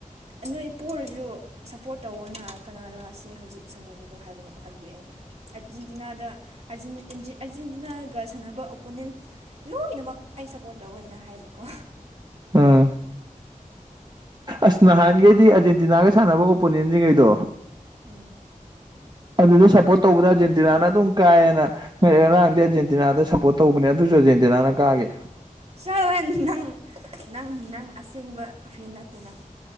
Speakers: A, on the right (about 50°); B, on the right (about 30°).
A: ꯅꯣꯏ ꯄꯣꯔꯁꯨ ꯁꯞꯄꯣꯔꯠ ꯇꯧꯑꯣꯅ ꯀꯅꯔꯥ ꯑꯁꯤ ꯍꯧꯖꯤꯛ ꯁꯥꯟꯅꯒꯤꯗꯣ ꯍꯥꯏꯕꯅꯦꯕ ꯑꯗꯨꯏ ꯑꯩꯅ ꯑꯔꯖꯦꯟꯇꯤꯅꯥꯗ ꯑꯔꯖꯦꯟꯇꯤꯅꯥ ꯀꯥ ꯁꯥꯟꯅꯕ ꯑꯣꯄꯣꯅꯦꯟ ꯂꯣꯏꯅꯃꯛ ꯑꯩ ꯁꯞꯄꯣꯔꯠ ꯇꯧꯋꯦꯅ ꯍꯥꯏꯌꯦꯕꯀꯣ
B: ꯎꯝ ꯑꯁ ꯅꯍꯥꯟꯒꯩꯗꯤ ꯑꯥꯔꯖꯦꯟꯇꯤꯅꯒ ꯁꯥꯟꯅꯕ ꯑꯣꯄꯣꯅꯦꯟꯁꯤꯡꯉꯩꯗꯣ
A: ꯎꯝ
B: ꯑꯗꯨꯗ ꯁꯞꯄꯣꯔꯠ ꯇꯧꯕꯗ ꯑꯔꯖꯦꯟꯇꯤꯅꯥꯅ ꯑꯗꯨꯝ ꯀꯥꯏꯌꯦꯅ ꯑꯩ ꯉꯔꯥꯡꯗꯤ ꯑꯔꯖꯦꯟꯇꯤꯅꯥꯗ ꯁꯞꯄꯣꯔꯠ ꯇꯧꯕꯅꯦ ꯑꯗꯨꯁꯨ ꯑꯥꯔꯖꯦꯟꯇꯤꯅꯥꯅ ꯀꯒꯤ
A: ꯆꯠꯂꯣꯏ ꯅꯪ ꯅꯪ ꯅꯪ ꯑꯁꯦꯡꯕ ꯐꯦꯟ ꯅꯠꯇꯦ ꯅꯪ